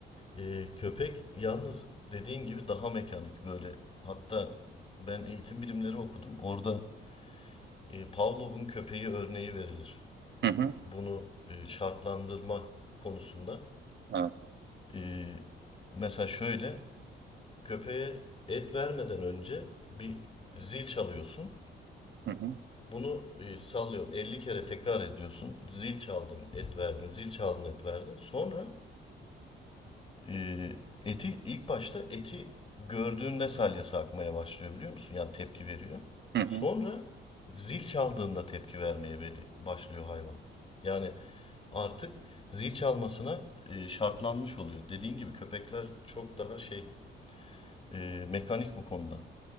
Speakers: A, on the left; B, on the right.
A: Ee, köpek yalnız dediğin gibi daha mekanik böyle. Hatta ben eğitim bilimleri okudum. Orada e, Pavlov'un köpeği örneği verilir.
B: Hı hı.
A: Bunu e, şartlandırma konusunda.
B: Evet.
A: E, mesela şöyle Köpeğe et vermeden önce bir zil çalıyorsun.
B: Hı hı.
A: Bunu e, sallıyorum 50 kere tekrar ediyorsun. Zil çaldın, et verdin, zil çaldın, et verdin. Sonra e, eti ilk başta eti gördüğünde salyası akmaya başlıyor biliyor musun? Yani tepki veriyor.
B: Hı hı.
A: Sonra zil çaldığında tepki vermeye başlıyor hayvan. Yani artık zil çalmasına e, şartlanmış oluyor. Dediğin gibi köpekler çok daha şey e, mekanik bu konuda.